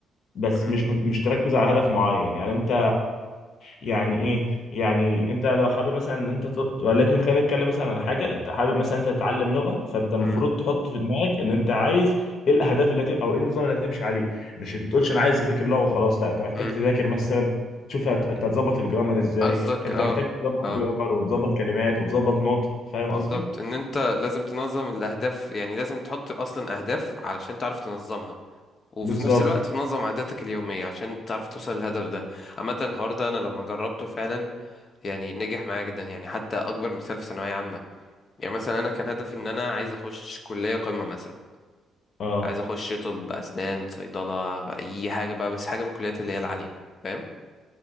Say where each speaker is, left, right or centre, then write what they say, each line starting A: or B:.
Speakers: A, on the left; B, on the left.
A: بس
B: أم،
A: مش مش تركز على هدف معين يعني انت يعني ايه يعني انت لو حابب مثلا ان انت تط... ولكن خلينا نتكلم مثلا على حاجه انت حابب مثلا انت تتعلم لغه فانت المفروض
B: أم،
A: تحط في دماغك ان انت عايز ايه الاهداف اللي هت... او ايه النظام اللي هتمشي عليه مش انت تقولش انا عايز اذاكر لغه وخلاص لا انت محتاج
B: أم.
A: تذاكر مثلا تشوف هت... انت هتظبط الجرامر ازاي
B: قصدك
A: انت
B: اه
A: محتاج تظبط
B: اه
A: جرامر وتظبط كلمات وتظبط نطق فاهم
B: بالظبط
A: قصدي
B: ان انت لازم تنظم الاهداف يعني لازم تحط اصلا اهداف علشان تعرف تنظمها وفي
A: بالظبط
B: نفس الوقت تنظم عاداتك اليومية عشان تعرف توصل للهدف ده عامة الحوار ده انا لما جربته فعلا يعني نجح معايا جدا يعني حتى اكبر مثال في ثانوية عامة يعني مثلا انا كان هدفي ان انا عايز اخش كليه قمه مثلا
A: اه
B: عايز اخش طب اسنان صيدله اي حاجه بقى بس حاجه من الكليات اللي هي العاليه فاهم